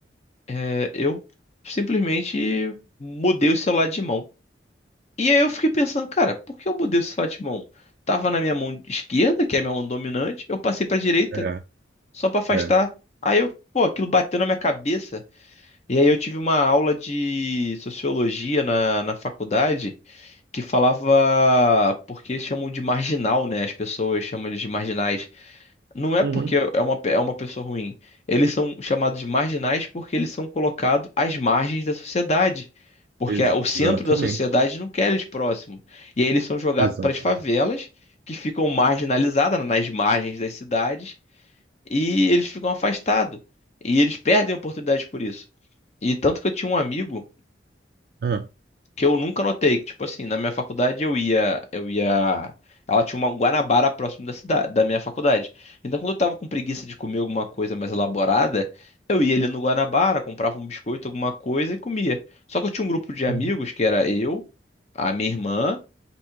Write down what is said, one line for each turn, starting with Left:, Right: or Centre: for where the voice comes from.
Left: É, eu simplesmente mudei o celular de mão. E aí eu fiquei pensando, cara, por que eu mudei o celular de mão? Tava na minha mão esquerda, que é a minha mão dominante, eu passei pra direita
Right: É,
Left: só pra afastar.
Right: é.
Left: Aí eu, pô, aquilo bateu na minha cabeça. E aí eu tive uma aula de sociologia na, na faculdade que falava porque chamam de marginal, né? As pessoas chamam eles de marginais. Não é
Right: Uhum.
Left: porque é uma, pe- é uma pessoa ruim. Eles são chamados de marginais porque eles são colocados às margens da sociedade. Porque
Right: Exatamente,
Left: a- o centro da sociedade não quer eles próximos. E aí eles são jogados
Right: exatamente.
Left: para as favelas, que ficam marginalizadas né, nas margens das cidades, e eles ficam afastados. E eles perdem oportunidades por isso. E tanto que eu tinha um amigo
Right: É.
Left: que eu nunca notei, que tipo assim, na minha faculdade eu ia, eu ia, ela tinha uma um Guanabara próximo da cidade, da minha faculdade. Então quando eu tava com preguiça de comer alguma coisa mais elaborada, eu ia ali no Guanabara, comprava um biscoito, alguma coisa e comia. Só que eu tinha um grupo de amigos
Right: Uhum.
Left: que era eu, a minha irmã